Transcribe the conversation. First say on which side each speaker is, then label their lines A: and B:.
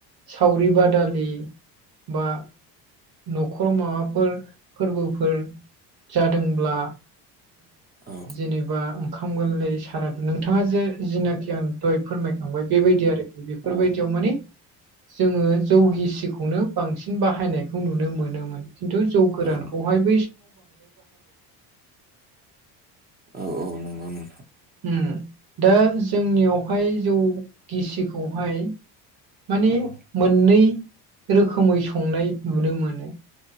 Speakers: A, on the right; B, on the right.
A: सावरि बादालि बा न'खर माबाफोर फोरबोफोर जादोंब्ला
B: औ
A: जेनेबा ओंखाम गोरलै सारा नोंथां बिथाङा जे जिनाखि आं दय फोरमायखांबाय बेबायदि आरोखि बेफोरबायदियाव
B: औ
A: मानिे जोङो जौ गिसिखौनो बांसिन बाहायनायखौ नुनो मोनोमोन। खिन्थु जौ गोरानखौहाय
B: औ नंगौ औ औ। औ नंगौ नोंथां
A: ओम दा जोंनियावहाय जौ गिसिखौहाय माने
B: औ
A: मोननै रोखोमै संनाय नुनो मोनो।